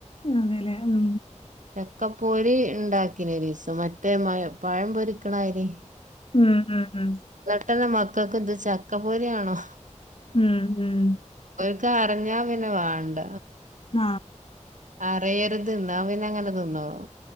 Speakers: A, on the left (about 45°); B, on the right (about 80°).
A: അതല്ലെ ഉം
B: ചക്ക പൊരി ഉണ്ടാക്കിന ഒരിസം മറ്റേ മഴ പഴം പൊരിക്കണായിരി
A: ഉ ഉ ഉ
B: പെട്ടെന്ന മക്കക്ക് എന്ത് ചക്കപൊരിണോ
A: ഉം ഉം
B: ഇത അറിഞ്ഞാ പിന്നെ വാണ്ട
A: ആ
B: അറിയരുത് എന്നാ പിന്നെ അങ്ങനെ തിന്നോളോ